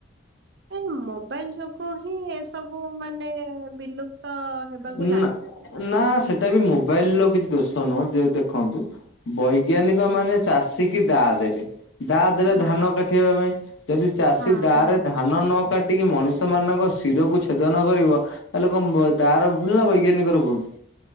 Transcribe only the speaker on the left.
ନା
ନା ସେଟା ବି ମୋବାଇଲର କିଛି ଦୋଷ ନୁହଁ, ଯୋଉ ଦେଖନ୍ତୁ ବୈଜ୍ଞାନିକ ମାନେ ଚାଷୀ କିି ଦାଆ ଦେଲେ। ଦାଆ ଦେଲେ
ଧାନ କାଟିବା ପାଇଁ, ଯଦି ଚାଷୀ
ଦାଆ
ରେ ଧାନ ନ କାଟିକି ମଣିଷ ମାନଙ୍କ ଶିରକୁ ଛେଦନ କରିବ, ତାହେଲେ କଁ ତା ର ଭୁଲ ନା ବୈଜ୍ଞାନିକର ଭୁଲ?